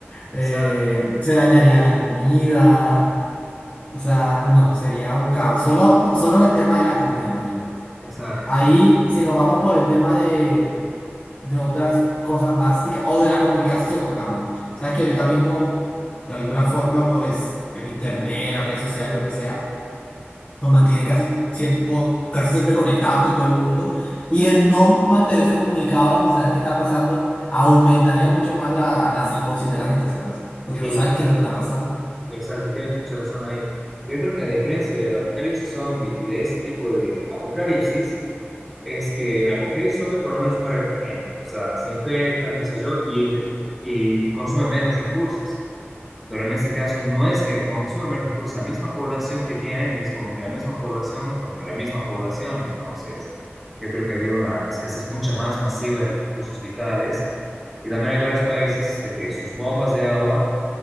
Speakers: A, in the centre; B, on the left.
A: Exacto,
B: Eh, se dañaría la comida, o sea, no, sería un caos. Solo, solo en el tema de la comida, imagínate.
A: exacto.
B: Ahí, si nos vamos por el tema de, de otras cosas básicas o de la comunicación, pongámosles. Sabes que ahorita mismo, de alguna forma, pues el internet, las redes sociales, lo que sea, nos mantienen casi siempre, casi siempre conectados con todo el mundo. Y el no mantenerse comunicados sin saber qué está pasando aumentaría mucho más la, la psicosis de la gente, ¿sabes? Porque no
A: Sí,
B: sabe qué es lo que está pasando.
A: exacto, y tienes mucha razón ahí. Yo creo que a diferencia del apocalipsis zombie y de este tipo de apocalipsis, es que en el apocalipsis zombie por lo menos muere gente, o sea, se infectan, qué sé yo, y, re- y consume menos recursos. Pero en este caso no es que consume menos recursos, la misma población que tienen y es como que la misma población contra la misma población. Entonces, yo creo que había una escasez mucha más masiva de los recursos vitales. Y también hay varios países de que sus bombas de agua